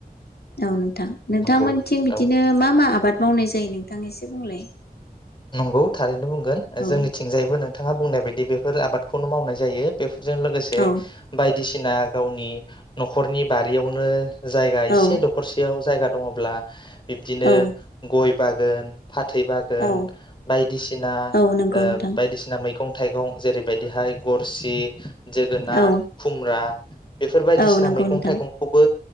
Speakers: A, on the left; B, on the left.
A: औ थां नोंथांमोनथिं
B: नंगौ
A: बिदिनो
B: औ
A: मा मा आबाद मावनाय जायो नोंथां एसे बुंलाय
B: नंगौ थारैनो बुं गोन
A: औ
B: जोंनिथिंजायबो नों थाङा बुंनाय बायदि बेफोर आबादखौनो मावनाय जायो बे जों लोगोसे
A: औ
B: बाय दिसिना गावनि नखरनि बारियावनो। जायगा एसे
A: औ
B: दखरसेयाव। जायगा दङब्ला बिब्दिनो
A: औ
B: गय बागोन फाथै बागोन।
A: औ
B: बायदिसिना
A: औ नंगौ
B: ओ
A: नोंथां
B: बायदिसिना मैगं थाइगं जेरैबायदिहाय गरसि जोगोनार
A: औ
B: खुमब्रा बेफोर बायदिसिना
A: औ नंगौ
B: मैगं
A: नोंथां
B: थाइगंखौबो